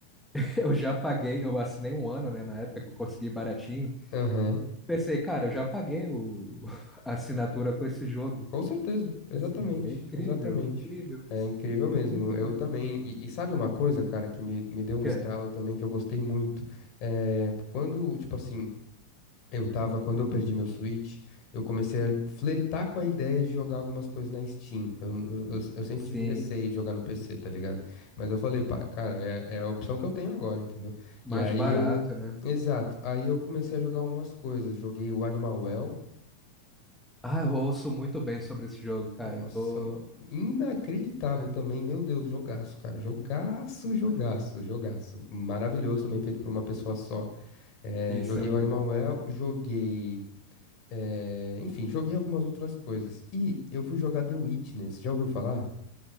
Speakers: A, in the centre; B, on the left.
A: <laughs> eu já paguei, eu assinei um ano, né, na época que eu consegui baratinho.
B: Aham.
A: Pensei, cara, eu já paguei o, <laughs> a assinatura com esse jogo.
B: Com certeza, exatamente,
A: Assim, é incrível,
B: exatamente.
A: incrível
B: É
A: isso.
B: incrível mesmo.
A: Muito
B: Eu
A: doido.
B: também. E, e sabe uma coisa, cara, que me, me deu um
A: Que
B: estalo
A: É,
B: também que eu gostei muito? É, quando, tipo assim, Eu tava, quando eu perdi meu Switch, eu comecei a flertar com a ideia de jogar algumas coisas na Steam. Eu, eu, eu- eu sempre
A: sim,
B: tive receio de jogar no PC, tá ligado? Mas eu falei, pá, cara, é, é a opção que eu tenho agora, entendeu?
A: mais
B: E aí
A: barato,
B: eu.
A: né?
B: Exato. Aí eu comecei a jogar algumas coisas. Joguei o Animal Well.
A: Ah, eu ouço muito bem sobre esse jogo, cara.
B: Nossa,
A: Eu Tô.
B: inacreditável
A: é,
B: também. Meu Deus, jogaço, cara. Jogaço, jogaço,
A: imagina.
B: jogaço. Maravilhoso também, feito por uma pessoa só. É,
A: Isso
B: joguei
A: é muito
B: o Animal
A: bom.
B: Well, joguei. É, Enfim, joguei algumas outras coisas. E eu fui jogar The Witness, já ouviu falar?